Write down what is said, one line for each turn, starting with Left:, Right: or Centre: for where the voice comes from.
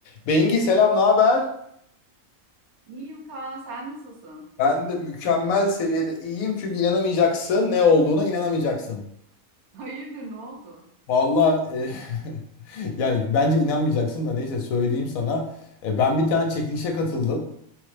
Left: Bengi selam, ne haber?
Right: İyiyim Kaan, sen nasılsın?
Left: Ben de mükemmel seviyede iyiyim çünkü inanamayacaksın ne olduğuna inanamayacaksın.
Right: Hayırdır, ne oldu?
Left: Valla <laughs> yani bence inanmayacaksın da neyse söyleyeyim sana. E, ben bir tane çekilişe katıldım.